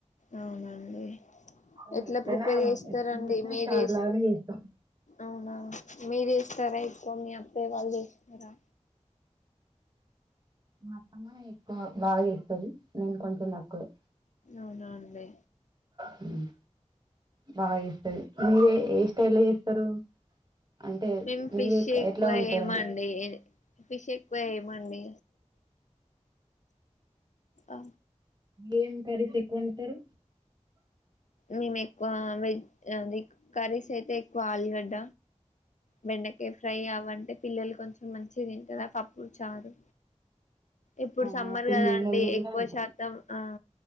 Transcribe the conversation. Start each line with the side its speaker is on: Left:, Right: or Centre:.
Left: అవునండి
Right: నేను
Left: ఎట్లా
Right: ఎప్పుడైనా
Left: ప్రిపేర్ చేస్తారండి
Right: ఎప్పుడు చేసినా
Left: మీరూ
Right: చార్
Left: చేస్త
Right: లాగానే చేస్తాం
Left: అవునా మీరు చేస్త సరే పోనీ అత్తయ్య వాళ్ళు చేస్తారా
Right: మా అత్తమ్మ ఎక్కువ బాగా చేస్తుంది నేను కొంచెం తక్కువే
Left: అవునులే
Right: హ బాగా చేస్తది మీరే ఏ స్టైల్లో చేస్తారు అంటే
Left: మేము ఫిష్
Right: మీరే
Left: ఎక్కువ
Right: ఎట్లా వండుతారని
Left: ఏమండి ఫిష్ ఎక్కువ ఏయమంటే ఆ
Right: ఏం కర్రీస్ ఎక్కువ వండుతారు
Left: మేము ఎక్కువ వెజ్ అది కర్రీస్ అయితే ఎక్కువ ఆలిగడ్డ బెండకయ ఫ్రై అవ్వంటే పిల్లలకి కొంచెం మంచిగా తింటారు ఆ పప్పు చారు ఇప్పుడు సమ్మర్
Right: మా పిల్లలు
Left: కదాండి
Right: కూడా
Left: ఎక్కువ
Right: అంతే
Left: శాతం ఆ